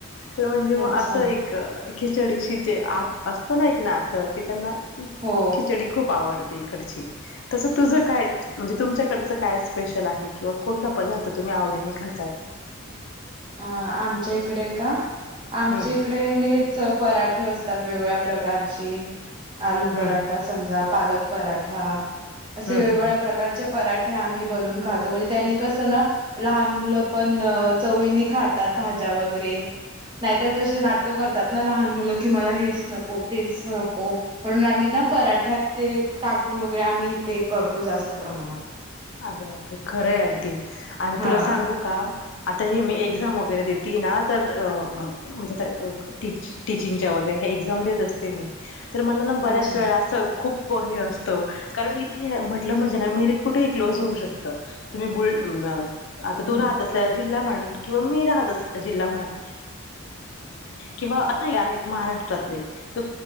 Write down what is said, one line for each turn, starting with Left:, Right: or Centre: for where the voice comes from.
Left: तर म्हणजे मग
Right: अच्छा
Left: असं एक खिचडीशी ते आत असत ना एक नात की त्यांना
Right: हो
Left: खिचडी खूप आवडते हिकडची तस तूझ काय म्हणजे तुमच्या कडच काय स्पेशल आहे किंवा कुठला पदा पदार्थ तुम्ही आवडीने खातात
Right: अ आमच्या इकडे का? आमच्या
Left: हम्म
Right: इकडे हेच पराठे अस त्यात वेगवेगळ्या प्रकारची आलू
Left: हम्म
Right: पराठा, समजा पालक पराठा असे
Left: हम्म
Right: वेगवेगळ्या
Left: हम्म
Right: प्रकारचे पराठे आम्ही बनवून खातो. म्हणजे त्यांनी कस ना लहान मुलं पण चवीनी खातात भाज्या वगैरे नाहीतर तसे नाटकं करतात ना लहान मुलं कि मला हेच नको, तेच नको म्हणून आम्ही पराठ्यात ते टाकून वगैरे आम्ही ते करतो जास्त प्रमाणात
Left: अरे बापरे खरंय अगदी आणि
Right: हा
Left: तुला सांगू का? आता हे मी एक्झाम वगैरे देतीये ना, तर अ अ मंजे त अ टीच टीचिंगच्या वगैरे एक्झाम देत असते मी तर मला ना बऱ्याच
Right: अच्छा
Left: वेळा असं खूप हे असतं, कारण इथे म्हटलं म्हणजे ना मीरीट कुठे क्लोज होऊ शकत. तुम्ही बुल आता
Right: हम्म
Left: तू राहत असेले ल्या जिल्हा म्हण, किंवा मी राहत असलेला जिल्हा म्हण किंवा असही आहेत महाराष्ट्रातले तर